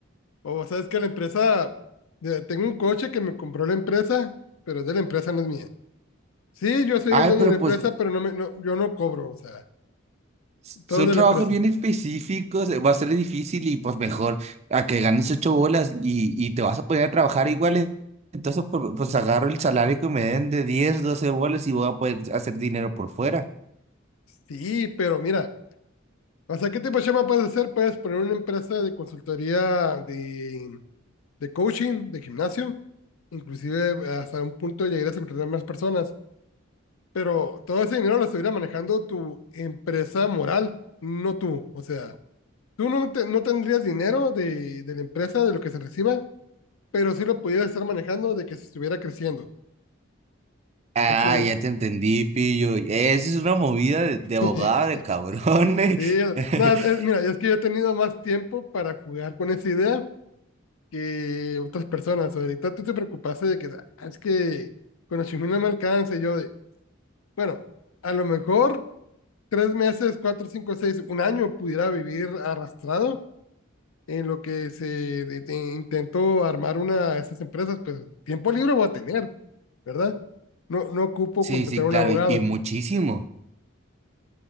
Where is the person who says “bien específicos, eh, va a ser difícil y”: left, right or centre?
Right